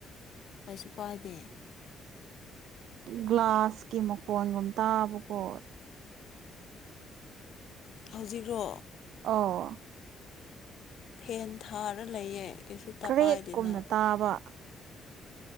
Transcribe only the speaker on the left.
ꯀꯩꯁꯨ ꯄꯥꯏꯗꯦ
ꯍꯧꯖꯤꯛꯔꯣ
ꯐꯦꯟ ꯊꯥꯔ ꯂꯩꯌꯦ ꯀꯩꯁꯨ ꯇꯄꯥꯏꯗꯦꯅ